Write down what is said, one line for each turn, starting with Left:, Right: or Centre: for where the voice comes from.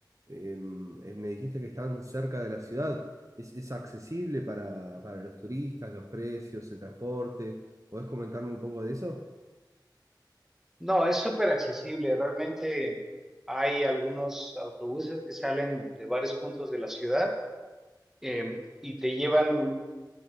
Right: em, eh, me dijiste que están cerca de la ciudad. ¿Es, es accesible para, para los turistas, los precios, el transporte? ¿Podés comentarme un poco de eso?
Centre: No, es súper accesible. Realmente hay algunos autobuses que salen de varios puntos de la ciudad eh, y te llevan,